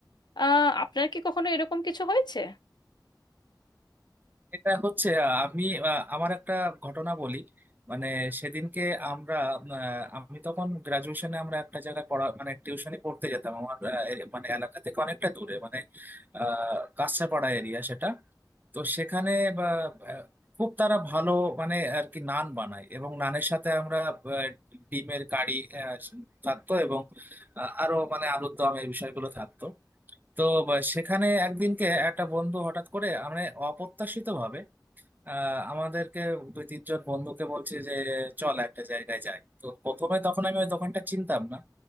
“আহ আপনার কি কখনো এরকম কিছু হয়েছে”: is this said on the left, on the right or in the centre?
Left